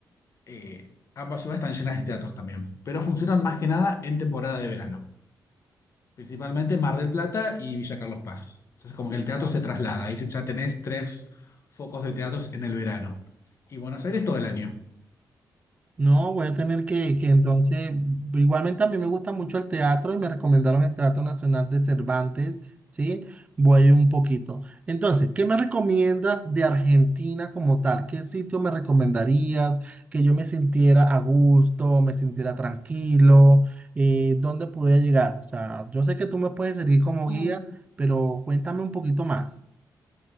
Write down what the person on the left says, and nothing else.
eh, ambas ciudades están llenas de teatros también, pero funcionan más que nada en temporada de verano, principalmente Mar del Plata y Villa Carlos Paz. Entonces, como que el teatro se traslada, ahí ya tenés tres focos de teatros en el verano. Y Buenos Aires todo el año.
Mm,